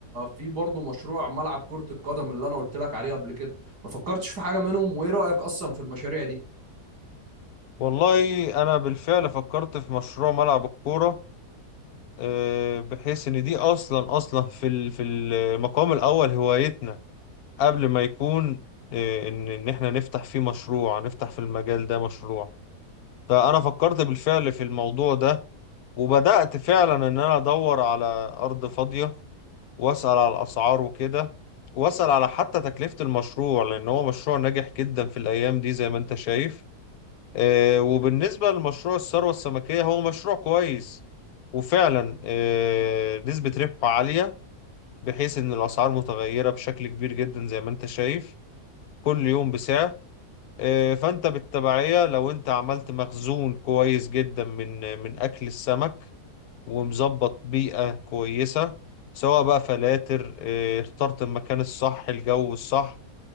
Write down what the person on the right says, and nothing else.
في برضه مشروع ملعب كرة القدم اللي انا قلت لك عليه قبل كده ما فكرتش في حاجة منهم وايه رأيك اصلا في المشاريع دي